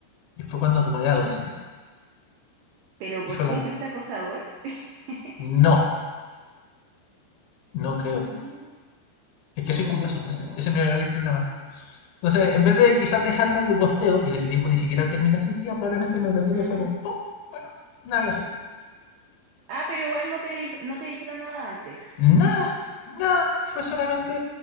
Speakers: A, on the left (about 80°); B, on the right (about 85°).
A: Y fue cuando como era adolescente.
B: ¿Pero por
A: Y fue
B: qué
A: como,
B: fuiste acosador? <laughs>
A: no, no creo.
B: No.
A: Es que soy
B: Oh,
A: curioso. Ese, ese es mi mayor problema. Entonces, en vez de quizás dejarme el gosteo, que en ese tiempo ni siquiera el término existía, probablemente me bloquearon
B: mm.
A: y fue como, oh, bueno, nada que hacer.
B: Ah, pero igual no te dijo, no te dijeron nada antes.
A: Nada, nada, fue solamente